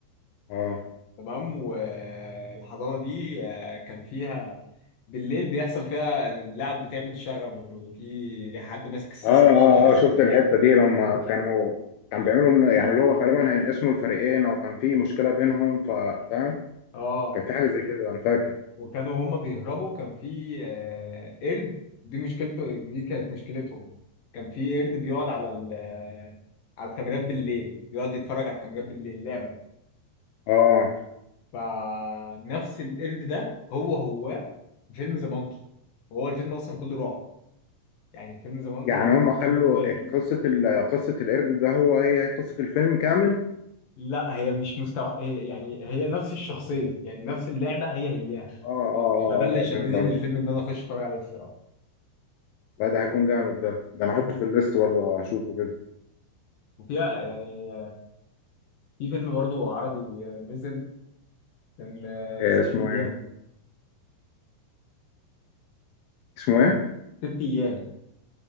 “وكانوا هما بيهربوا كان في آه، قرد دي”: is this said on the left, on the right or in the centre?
Left